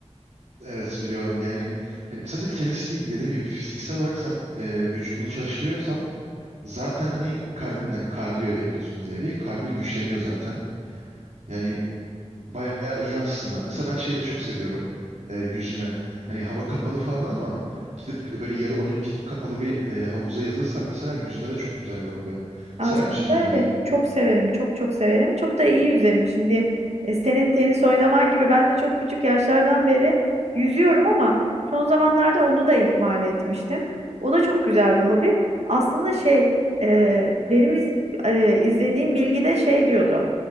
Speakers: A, on the right; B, on the right.
A: evet biliyorum yani hani sadece tenis değil dediğim gibi fiziksel olarak sen e, vücudunu çalıştırıyorsan zaten hani kalbin hani kardiyo yapıyorsun bir nevi. Kalbin güçleniyor zaten. Yani Bayağı iyi aslında. Mesela ben şeyi de çok seviyorum. e, yüzme. Hani hava kapalı falan ama gidip e, böyle yarı olimpik kapalı bir e, havuza yazılırsan mesela yüzme de çok güzel bir hobi. Sever
B: Aslında
A: misin yüzmeyi?
B: evet çok severim çok çok severim çok da iyi yüzerim şimdi e, senin tenis oynaman gibi ben de çok küçük yaşlardan beri yüzüyorum ama son zamanlarda onu da ihmal etmiştim o da çok güzel bir hobi aslında şey e, benim iz- e, izlediğim bilgide şey diyordu